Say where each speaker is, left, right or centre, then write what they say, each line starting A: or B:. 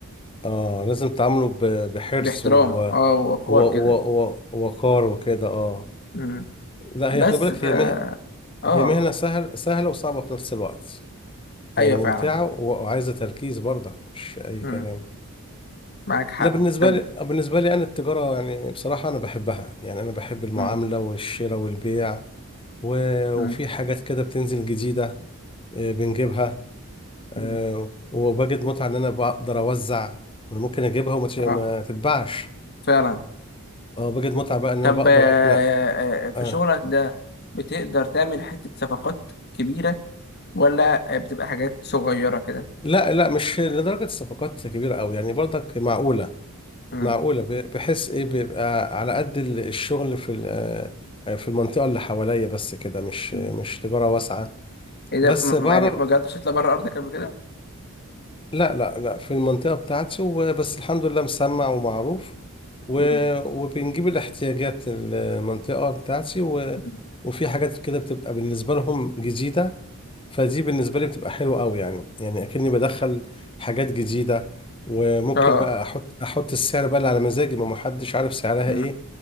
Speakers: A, on the left; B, on the left.
A: اه لازم تعاملوا ب- بحرص
B: باحترام
A: و
B: اه وقور
A: و و
B: كده
A: و وقار وكده اه
B: مم.
A: لا
B: بس
A: هي خلي بالك
B: ف
A: هي مه...
B: اه
A: هي مهنة سهل سهلة وصعبة في نفس الوقت يعني
B: ايوه
A: ممتعة
B: فعلا
A: و- وعايزة تركيز برضه مش أي
B: مم.
A: كلام
B: معاك حق
A: لا بالنسبة
B: طب
A: لي بالنسبة لي أنا التجارة يعني بصراحة أنا بحبها يعني أنا بحب المعاملة
B: مم.
A: والشراء والبيع و...
B: مم.
A: وفي حاجات كده بتنزل جديدة آه، بنجيبها آه،
B: مم.
A: وبجد متعة إن أنا بقدر أوزع أنا ممكن أجيبها وما تش-
B: اه
A: ما تتباعش
B: فعلا
A: أه بجد متعة بقى إن
B: طب
A: أنا بقدر
B: آه،
A: أقنع
B: آه، آه، في
A: أه
B: شغلك ده بتقدر تعمل حتة صفقات كبيرة ولا آه، بتبقى حاجات صغيرة كده؟
A: لا لا مش لدرجة الصفقات كبيرة أوي يعني برضك معقولة
B: مم.
A: معقولة ب- بحس ايه بيبقى على قد ال- الشغل في ال- آه، في المنطقة اللي حواليا بس كده مش
B: مم.
A: مش تجارة واسعة
B: ايه ده
A: بس
B: م-
A: بعرف
B: م- يعني ما جربتش تطلع بره ارضك قبل كده؟
A: لا لا لا في المنطقة بتاعتي وبس الحمد لله مسمع ومعروف و-
B: مم.
A: وبنجيب الاحتياجات المنطقة بتاعتي و-
B: مم.
A: وفي حاجات كده بتبقى بالنسبة لهم جديدة فدي
B: مم.
A: بالنسبة لي بتبقى حلوة قوي يعني يعني أكني بدخل حاجات جديدة وممكن
B: اه
A: بقى أحط أحط السعر بقى اللي على مزاجي ما محدش عارف سعرها
B: مم.
A: إيه